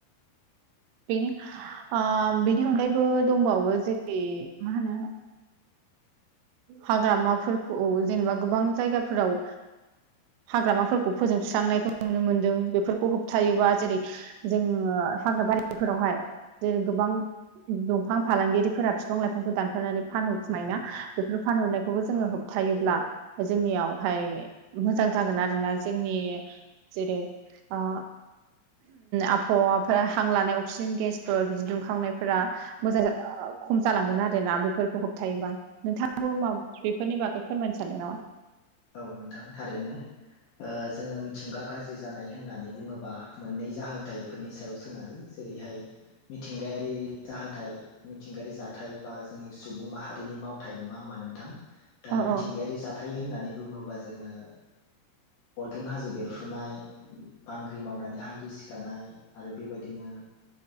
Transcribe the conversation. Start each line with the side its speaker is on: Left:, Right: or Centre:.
Right: बिनि ओ बिनि अनगायैबो दंबावो जेरै मा होनो हाग्रामाफोरखौ जेनेबा गोबां जायगाफोराव हाग्रामाफोरखौ फोजोंबस्रांनायखौ नुनो मोन्दों बेफोरखौ होबथायोबा जेरै जोङो हाग्रा बारिफोरावहाय जेरै गोबां दंफां फालांगिरिफोरा बिफां लाइफांखौ दानफनानै फानहरखुमायोना बेफोर फानहरनायखौबो जोङो
Left: औ
Right: होब थायोब्ला जोंनियावहाय मोजां जागोन आरोना जोंनि जेरै आ आबहावाफोरा हां लानाय अक्सिजेन गेसफोर बिदि दुंखांनायफोरा मोजां खम जालांगोन आरोना बेफोरखौ होबथायोबा औ मा बेफोरनि बागै फोरमायनो सानदों नामा
Left: औ नोंथां थारैनो जोङो मिथिंगा गाज्रि जानाय होननानै बुङोबा मोननै जाहोन थायो बेफोरनि सायाव सोनारो जेरैहाय मिथिंगायारि जाहोथाय मिथिंगायारि जाथाय बा जोंनि सुबुं माहारिनि मावथाय नङा होमबा नोंथां दा
Right: अ
Left: मिथिंगायारि
Right: अ
Left: जाथाय थाय होननानै बुङोब्ला जोङो अरगें हाजो बेरफुनाय बांग्रि मावनानै हा गिसि खानाय आरो बेबायदिनो